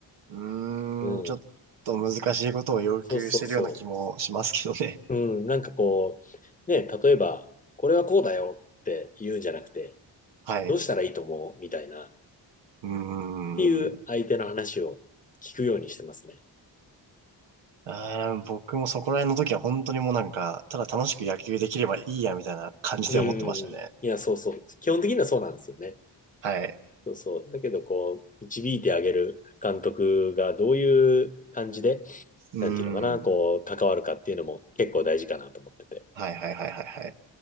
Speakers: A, on the right; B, on the left.
A: ーん、
B: うん。
A: ちょっと難しいことを要求してるような気もしますけどね。
B: そうそうそう。うん。なんかこう、ね、例えば、これはこうだよって言うんじゃなくて、
A: はい。
B: どうしたらいいと思うみたいな、っ
A: うー
B: ていう相手の話を聞くようにしてますね。
A: ん。あー、僕もそこら辺の時は本当にもうなんか、ただ楽しく野球できればいいやみたいな感じで思ってましたね。
B: うんうんうん。いや、そうそう。基本的にはそうなんですよね。
A: はい。
B: そうそう。だけど、こう、導いてあげる監督がどういう感じで、
A: うーん。
B: なんていうのかな、こう、関わるかっていうのも結構大事かなと思ってて。
A: はいはいはいはいはい。